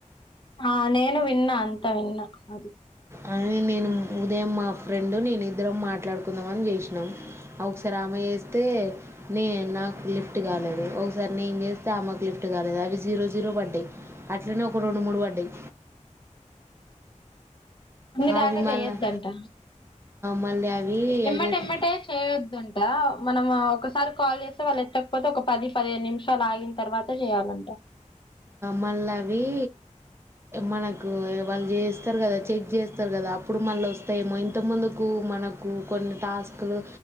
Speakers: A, on the left; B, on the right.
A: ఆ నేను విన్నా అంత విన్నా అది
B: అ నేను ఉదయం మా ఫ్రెండు నేను ఇద్దరం మాట్లాడుకుందామ అని చేసినాము ఒకసారి ఆమె చేస్తే నే నాకు లిఫ్ట్ కాలేదు ఒకసారి నేను చేస్తే ఆమకు లిఫ్ట్ కాలేదు అవి జీరో జీరో పడ్డాయి అట్లనే ఒక రెండు మూడు పడ్డాయి
A: అన్ని దాకా
B: అవి మళ్ళీ
A: చేయొద్దంట
B: మళ్ళీ అవి
A: ఎమ్మటిెమ్మటే
B: ఎడిట్
A: చేయొద్దంట మనం ఒకసారి కాల్ చేస్తే వాళ్ళు ఎత్తకపోతే ఒక పది పదిహేను నిమిషాలు ఆగిన తర్వాత చేయాలంట
B: మళ్ళీ అవి మనకు వాళ్ళు చేస్తారు కదా చెక్ చేస్తారు కదా అప్పుడు మళ్ళ వస్తాయేమో ఇంతముందుకు మనకు కొన్ని టాస్కులు